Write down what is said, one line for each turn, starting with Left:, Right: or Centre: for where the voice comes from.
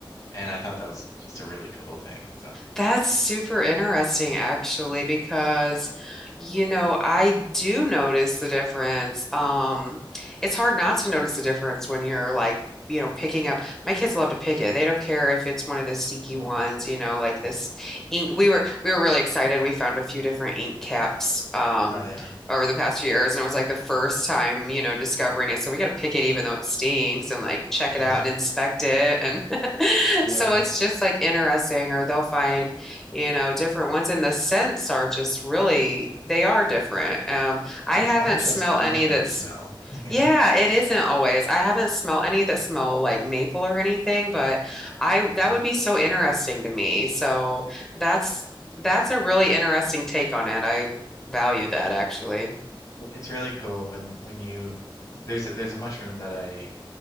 Left: and I thought that was just a really cool thing. So,
Centre: That's super interesting, actually, because, you know, I do notice the difference. Um, it's hard not to notice the difference when you're like, you know, picking up. My kids love to pick it. They don't care if it's one of the stinky
Left: mm,
Centre: ones, you know, like this ink. We were we were really excited. We found a few different ink caps um
Left: oh yeah,
Centre: over the past few years, and it was like the first time, you know, discovering it. So we got to pick it even though it stinks and like check
Left: yeah,
Centre: it out and inspect it. <laughs>
Left: yeah.
Centre: So it's just like interesting, or they'll find, you know, different ones. And the scents are just really, they are different. Um, I
Left: It's
Centre: haven't
Left: not just
Centre: smelled
Left: mushroom
Centre: any that's,
Left: smell, <laughs> you
Centre: yeah,
Left: know?
Centre: it isn't always. I haven't smelled any that smell like maple or anything, but I, that
Left: Yeah.
Centre: would be so interesting to me. So that's, that's a really interesting take on it. I value that actually.
Left: It's really cool when when you there's a, there's a mushroom that I